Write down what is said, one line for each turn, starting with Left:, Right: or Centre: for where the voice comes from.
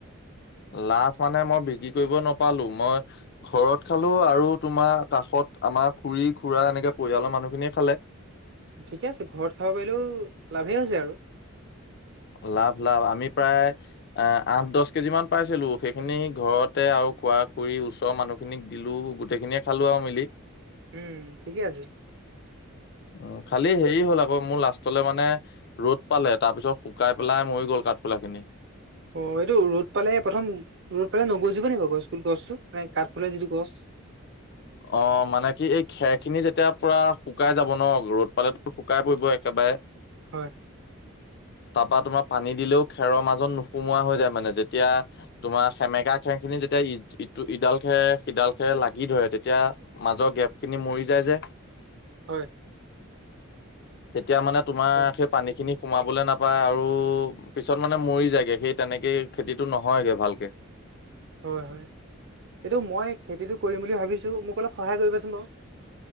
Left: লাভ মানে মই বিক্ৰী কৰিব নাপালোঁ। মই ঘৰত খালো আৰু তোমাৰ কাষত আমাৰ খুৰী খুৰা এনেকে পৰিয়ালৰ মানুহখিনিয়ে খালে।
Right: ঠিকে আছে ঘৰত খাব পাৰিলেও লাভেই হৈছে আৰু।
Left: লাভ লাভ আমি প্ৰায় এহ আঠ দছ কেজি মান পাইছিলো। সেইখিনি ঘৰতে আৰু খুৰা খুৰী ওচৰৰ মানুহ খিনিক দিলোঁ গোটেইখিনিয়ে খালো আৰু মিলি।
Right: উম ঠিকে আছে।
Left: উম খালি হেৰী হ'ল আকৌ মোৰ লাষ্টলে মানে ৰ'দ পালে তাৰপিছত শুকাই পেলাই মৰি গ'ল কাঠফুলাখিনি।
Right: অঁ এইটো ৰ'দ পালে প্ৰথম ৰ'দ পালে নগজিব নেকি বাৰু গছপুলি গছটো মানে কাঠফুলা যিটো গছ?
Left: অঁ মানে কি এই খেৰখিনি যেতিয়া পুৰা শুকাই যাব ন ৰ'দ পালেতো শু শুকাই পৰিব একেবাৰে।
Right: হয়।
Left: তাপা তোমাৰ পানী দিলেও খেৰৰ মাজত নোসোমোৱা হৈ যায় মানে যেতিয়া তোমাৰ সেমেকা খেৰখিনি যেতিয়া ই ইটো ইদাল খেৰে সিদাল খেৰে লাগি ধৰে তে তেতিয়া মাজৰ গেপখিনি মৰি যায় যে।
Right: হয়।
Left: তেতিয়া মানে তোমাৰ
Right: আচ্ছা
Left: সেই পানীখিনি সোমাবলে নাপায় আৰু পিছত মানে মৰি যায়গে। সেই তেনেকেই খেতিটো নহয়গে ভালকে।
Right: হয় হয়, এইটো মই খেতিটো কৰিম বুলি ভাবিছোঁ মোক অলপ সহায় কৰিবাচোন বাও